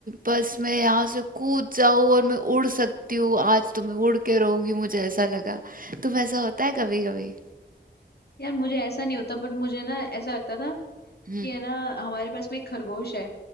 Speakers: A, on the right; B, on the left.
A: बस मैं यहाँ से कूद जाऊँ और मैं उड़ सकती हूँ आज तो मैं उड़ के रहूंगी मुझे ऐसा लगा तुम ऐसा होता है कभी कभी
B: यार मुझे ऐसा नहीं होता बट मुझे ना ऐसा लगता था
A: हम्म
B: कि है ना हमारे पास में एक खरगोश है